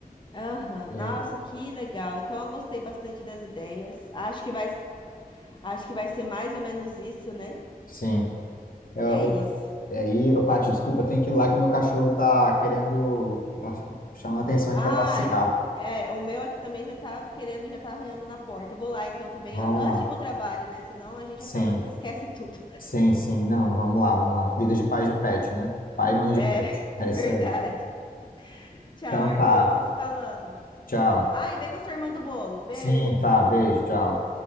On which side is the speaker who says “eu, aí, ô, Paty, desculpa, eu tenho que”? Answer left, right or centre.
Left